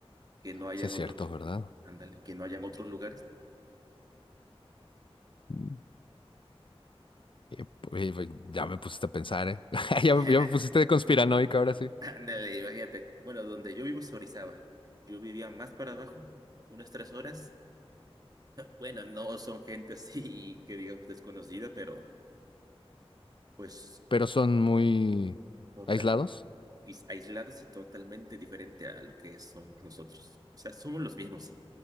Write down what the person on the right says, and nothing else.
que no hayan
otros,
lu-
ándale, que no hayan otros lugares.
Sí.
<laughs>
Ándale, imagínate. Bueno, donde yo vivo es Orizaba. Yo vivía más para abajo, unas tres horas. Bueno, no son gente así que digamos desconocida, pero pues
total,
is- aislados y totalmente diferente a lo que somos nosotros. O sea, somos los mismos,